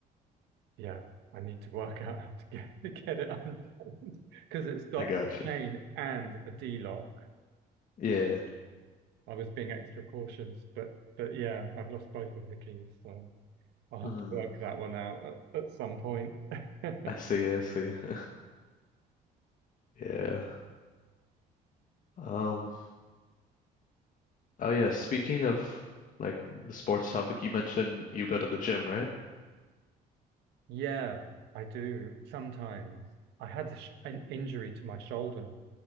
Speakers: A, on the right; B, on the left.
A: yeah, I need to work <laughs> out how to get <laughs> to get it untied because it's got
B: I got
A: a chain
B: you.
A: and a D lock.
B: Yeah.
A: I was being extra cautious, but but yeah, I've lost both of the keys, so. I'll have
B: Mm,
A: to work that one out at, at some point. <laughs>
B: I see, I see. <laughs> Yeah. Um, oh yeah, speaking of like the sports topic, you mentioned you go to the gym, right?
A: Yeah, I do sometimes. I had a sh an injury to my shoulder,